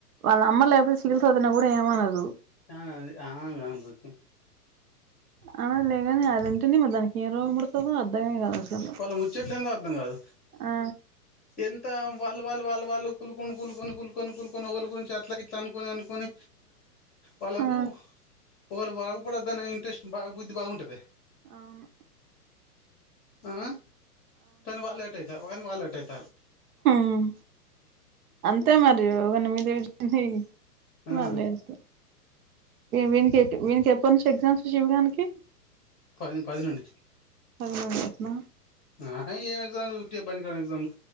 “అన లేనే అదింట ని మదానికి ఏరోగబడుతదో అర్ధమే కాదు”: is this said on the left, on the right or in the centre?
Right